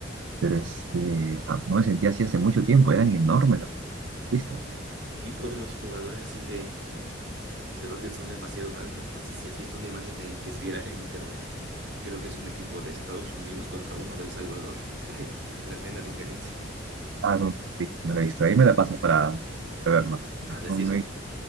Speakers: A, on the right; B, on the right.
A: Pero este, ah, no me sentía así hace mucho tiempo, eran enormes los futbolistas.
B: Y todos los jugadores así de, pues, de básquet son demasiados altos. No sé si has visto una imagen ahí que es viral en internet Creo que es un equipo de Estados Unidos contra uno del Salvador. <laughs> Hay tremenda diferencia. <laughs>
A: Ah, no, no la he visto. no la he visto. Ahí me la pasas para, para verla. No,
B: Ah,
A: no-
B: sí
A: no
B: es un
A: hay-